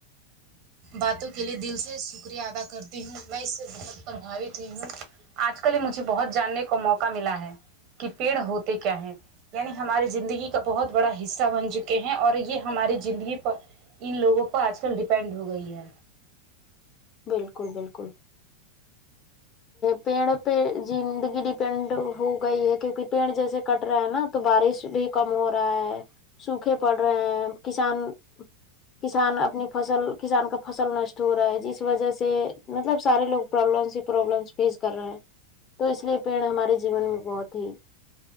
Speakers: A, on the right; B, on the left.
A: باتوں کے لیے دل سے شکریہ ادا کرتی ہوں میں اس سے بہت پربھاوت ہی ہوں آج کل مجھے بہت جاننے کا موقع ملا ہے کہ پیڑ ہوتے کیا ہیں یعنی ہماری زندگی کا بہت بڑا حصہ بن چکے ہیں اور یہ ہماری زندگی پر ان لوگوں پر آج کل ڈیپینڈ ہو گئی ہے
B: بالکل بالکل پیڑ پہ زندگی ڈیپینڈ ہو گئی ہے کیونکہ پیڑ جیسے کٹ رہا ہے نا تو بارش بھی کم ہو رہا ہے سوکھے پڑ رہے ہیں کسان کسان اپنی فصل کسان کا فصل نشت ہو رہا ہے جس وجہ سے مطلب سارے لوگ پروبلمس ہی پروبلمس فیس کر رہے ہیں تو اس لیے پیڑ ہمارے جیون میں بہت ہی